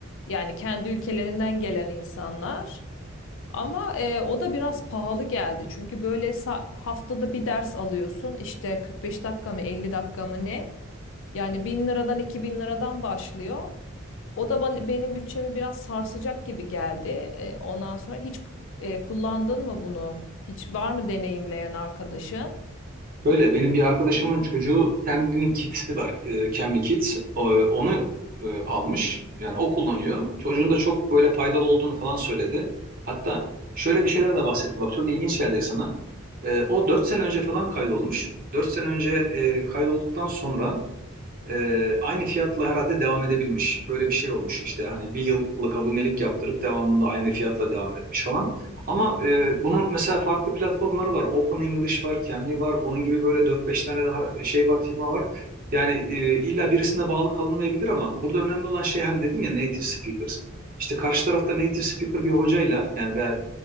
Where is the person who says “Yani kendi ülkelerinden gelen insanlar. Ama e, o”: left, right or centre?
Left